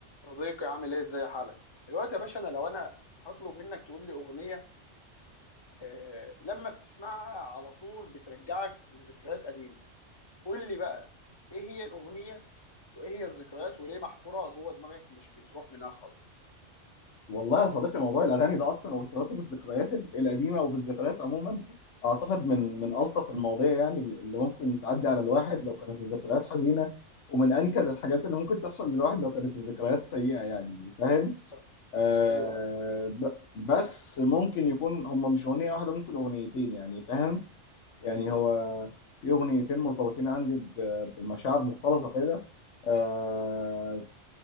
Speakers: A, on the left; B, on the left.
A: صديقي عامل ايه ازاي حالك دلوقتي يا باشا انا لو انا هطلب منك تقول لي اغنيه آه لما بتسمعها على طول بترجعك لذكريات قديمه قول لي بقى ايه هي الاغنيه وايه هي الذكريات وليه محفوره جوه دماغك مش بتروح منها خالص
B: والله يا صديقي موضوع الاغاني ده اصلا وارتباطه بالذكريات القديمه وبالذكريات عموما اعتقد من من الطف المواضيع يعني اللي ممكن تعدي على الواحد لو كانت الذكريات حزينه ومن انكد الحاجات اللي ممكن تحصل للواحد لو كانت الذكريات سيئه يعني فاهم
A: صح
B: آه
A: ايوه
B: ب- بس ممكن يكون هم مش اغنيه واحده ممكن اغنيتين يعني فاهم يعني
A: مم.
B: هو في اغنيتين مرتبطين عندي ب- بمشاعر مختلطه كده آه،